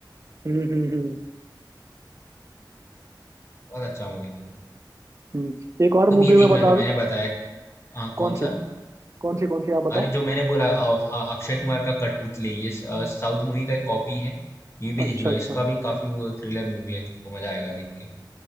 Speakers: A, on the right; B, on the left.
A: हम्म हम्म हम्म
B: बहुत अच्छा मूवी था
A: हम्म। एक और
B: तुम
A: मूवी
B: ये देखना
A: में बता
B: जो मैंने बताया आ, कौन
A: कौन सी
B: सा
A: कौन सी कौन सी आप बताओ
B: अरे जो मैंने बोला अ- अ- अक्षय कुमार का कठपुतली ये स- अ, साउथ मूवी का एक कॉपी है ये भी
A: अच्छा
B: देखना
A: अच्छा
B: इसका भी काफी वो थ्रिलर मूवी है तुमको मजा आएगा देख के